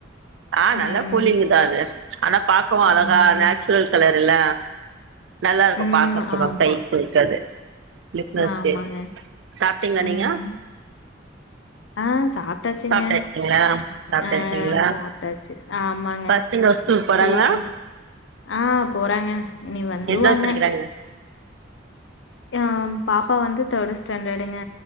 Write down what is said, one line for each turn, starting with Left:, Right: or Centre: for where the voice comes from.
Right: ஆ
Left: ம்.
Right: நல்ல கூலிங்குதா அது ஆனா பாக்கவு
Left: ஆமாங்க.
Right: அழகா நேச்சுரல் கலரு இல்ல நல்லாருக்கு
Left: ம்.
Right: பாக்கறத்துக்கு
Left: ஆமா.
Right: கை வெக்கறது <unintelligible>
Left: ஆமாங்க.
Right: சாப்டீங்களா
Left: ம்.
Right: நீங்க
Left: ஆ சாப் ட்டாச்சுங்க
Right: சாப்ட்டாச்சுங்களா சாப்ட்டாச்சுங்களா
Left: ஆ சாப்பிட்டாச்சு ஆமாங்க
Right: பசங்க ஸ்கூல் போறாங்களா
Left: சேரி ஆ போறாங்க இனி வந்துருவாங்க
Right: எத்தனாவது படிக்கிறாங்க
Left: ஏன் பாப்பா வந்து தேர்டு ஸ்டாண்டடுங்க